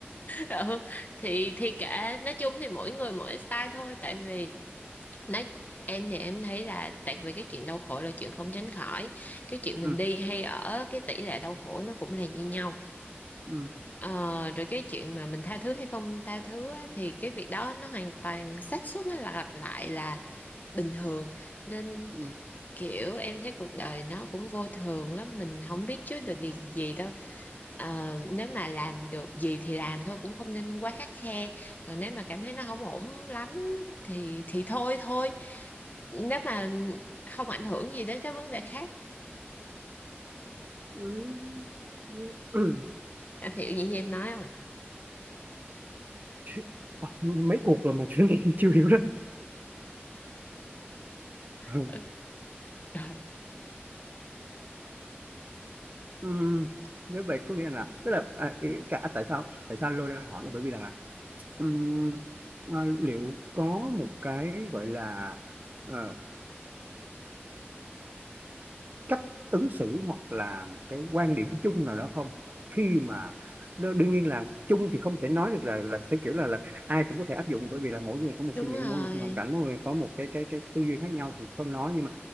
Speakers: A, on the left (about 40°); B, on the right (about 45°).
A: ờ, <laughs> ừ, thì thì kệ nói chung thì mỗi người mỗi style thôi tại vì nói em thì em thấy là tại vì cái chuyện đau khổ là chuyện không tránh khỏi cái chuyện mình
B: ừ,
A: đi hay ở cái tỷ lệ đau khổ nó cũng là như nhau
B: ừ,
A: Ờ, rồi cái chuyện mà mình tha thứ hay không tha thứ á, thì cái việc đó nó hoàn toàn xác suất nó là lặp lại là bình thường nên
B: ừ,
A: kiểu em thấy cuộc đời nó cũng vô thường lắm mình không biết trước được điều gì đâu Ờ, nếu mà làm được gì thì làm thôi cũng không nên quá khắt khe còn nếu mà cảm thấy nó không ổn lắm thì thì thôi thôi nếu mà không ảnh hưởng gì đến các vấn đề khác
B: ừ, ừ, ừ.
A: anh hiểu những gì em nói không
B: Chứ- à, mấy cuộc rồi mà chuyện này <laughs> chưa hiểu lắm ừ.
A: <laughs> Ừ.
B: Ừ, nếu vậy có nghĩa là tức là à, ý- cả tại sao tại sao anh lôi ra hỏi là bởi vì là ừm, à, liệu có một cái gọi là ờ, cách ứng xử hoặc là một cái quan điểm chung nào đó không khi mà đ- đương nhiên là chung thì không thể nói được là là theo kiểu là là ai cũng có thể áp dụng bởi vì là mỗi người có một
A: Đúng
B: suy nghĩ
A: rồi,
B: mỗi người có một hoàn cảnh mỗi người có một cái cái cái tư duy khác nhau thì không nói nhưng mà